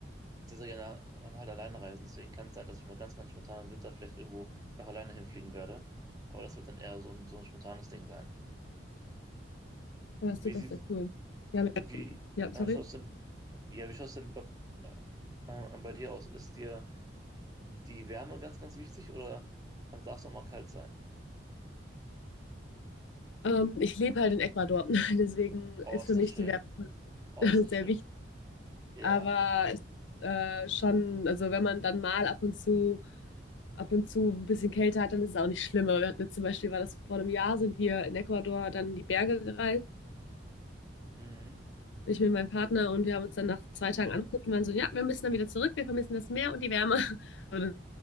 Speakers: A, on the right; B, on the left.
A: sehr, sehr gerne ähm, halt alleine reisen. Deswegen kann es sein, dass ich mal ganz, ganz spontan im Winter vielleicht irgendwo noch alleine hinfliegen werde. Aber das wird dann eher so ein, so ein spontanes Ding sein.
B: Ja, das
A: Wie
B: klingt
A: sieht,
B: doch sehr cool. Ja,
A: wie
B: mit, ja,
A: äh,
B: sorry.
A: schaut's denn, ja, wie schaut's denn bei, äh, ähm, bei dir aus? Ist dir die Wärme ganz, ganz wichtig oder ähm, darf es auch mal kalt sein?
B: Ähm, ich lebe halt in Ecuador, <laughs> deswegen
A: Oh,
B: ist
A: ist
B: für
A: das
B: mich
A: schön.
B: die Werbung
A: Oh,
B: <laughs>
A: ist das
B: sehr
A: schön.
B: wichtig.
A: Ja.
B: Aber es, äh, schon, also wenn man dann mal ab und zu, ab und zu ein bisschen Kälte hat, dann ist es auch nicht schlimm. Aber wir hatten jetzt zum Beispiel, war das vor einem Jahr, sind wir in Ecuador dann in die Berge gereist.
A: Mhm.
B: Ich mit meinem Partner und wir haben uns dann nach zwei Tagen angeguckt und waren so, ja, wir müssen dann wieder zurück, wir vermissen das Meer und die Wärme. <laughs> Und